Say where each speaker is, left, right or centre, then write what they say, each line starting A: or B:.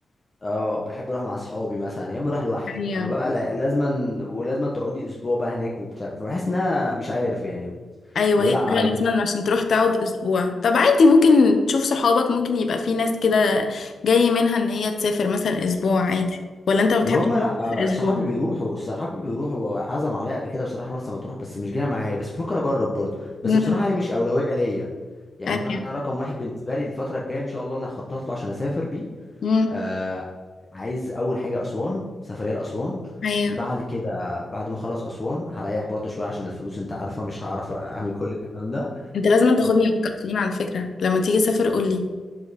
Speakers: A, on the left; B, on the left.
A: اه بحب اروح مع اصحابي مثلا يا اما اروح لوحدي
B: ايوه
A: اما بقى لا- لازما ولازما تقعدي اسبوع بقى هناك وبتاع فبحس انها مش عارف يعني
B: ايوه
A: لا
B: هي فعلا لازم عشان تروح تقعد اسبوع طب عادي ممكن تشوف صحابك ممكن يبقى في ناس كده جاي منها ان هي تسافر مثلا اسبوع عادي ولا انت ما بتحبش
A: ما هم لا
B: تسافر اسبوع
A: صحابي بيروحوا صحابي بيروحوا وعزم عليا قبل كده بصراحه مرسى مطروح بس مش جايه معايا بس بفكر اجرب برضه بس
B: امم
A: بصراحه هي مش اولويه ليا يعني
B: ايوه
A: انا رقم واحد بالنسبه لي الفتره الجايه ان شاء الله اللي هخطط له عشان اسافر بيه
B: امم
A: آه عايز اول حاجه اسوان سفريه لاسوان
B: ايوه
A: بعد كده بعد ما اخلص اسوان هريح برضه شويه عشان الفلوس انت عارفه مش هعرف اعمل كل الكلام ده
B: انت لازم تاخدني معاك اقليم على فكرة لما تيجي تسافر قولي